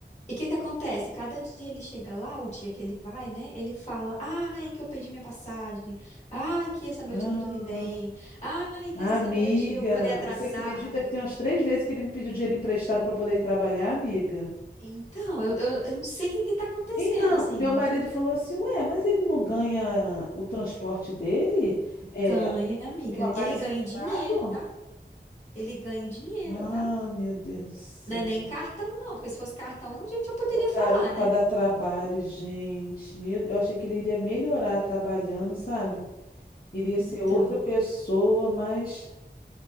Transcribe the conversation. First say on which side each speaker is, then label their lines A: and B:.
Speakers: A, on the left (about 40°); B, on the left (about 55°).
A: E o que que acontece? Cada dia ele chega lá, o dia que ele vai, né? Ele fala: "Ai, que eu perdi minha passagem. Ai, que essa noite
B: Ah,
A: eu não dormi bem. Ai, que
B: amiga,
A: essa noite eu acordei atrasado."
B: você acredita que tem umas três vezes que ele me pediu dinheiro emprestado para poder ir trabalhar, amiga?
A: Então, eu, eu, eu não sei o que que tá acontecendo,
B: Então,
A: assim.
B: o meu marido falou assim: Ué, mas ele não ganha o transporte dele? É,
A: Ganha, amiga.
B: uma paga
A: E ele
B: separado?
A: ganha em dinheiro, tá? Ele ganha em dinheiro,
B: Ah,
A: tá?
B: meu Deus do céu.
A: Não é nem cartão, não, porque se fosse cartão, gente, eu poderia
B: O garoto
A: falar, né?
B: para dar trabalho, gente. Meu- Eu achei que ele iria melhorar trabalhando, sabe? Iria
A: Então,
B: ser outra pessoa, mas